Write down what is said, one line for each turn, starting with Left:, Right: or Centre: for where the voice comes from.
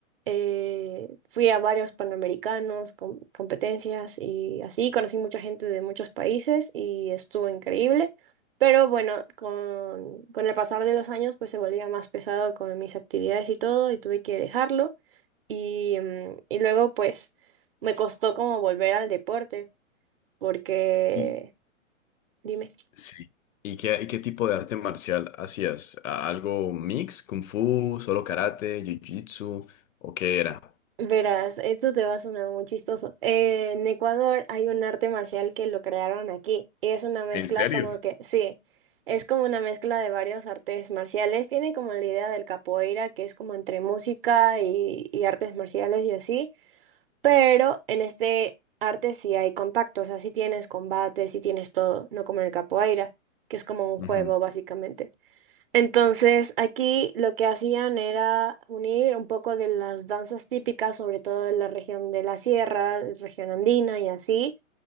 Right: Eh, fui a varios panamericanos, com- competencias y así, conocí mucha gente de muchos países y estuvo increíble. Pero bueno, con, con el pasar de los años pues se volvía más pesado con mis actividades y todo y tuve que dejarlo. Y, mm, y luego, pues, me costó como volver al deporte, porque,
Left: Y,
Right: dime,
Left: sí. ¿Y qué, y qué tipo de arte marcial hacías? ¿A- ¿Algo mix? ¿Kung Fu? ¿Solo karate? ¿Jiu-jitsu? ¿O qué era?
Right: verás, esto te va a sonar muy chistoso. Eh, en Ecuador hay un arte marcial que lo crearon aquí, y es una mezcla
Left: ¿En serio?
Right: como que, sí, es como una mezcla de varios artes marciales. Tiene como la idea del capoeira, que es como entre música y, y artes marciales y así. Pero en este arte sí hay contacto, o sea, sí tienes combate, sí tienes todo, no como en el capoeira, que es como un
Left: Ujú.
Right: juego básicamente. Entonces, aquí lo que hacían era unir un poco de las danzas típicas, sobre todo de la región de la sierra, región andina y así,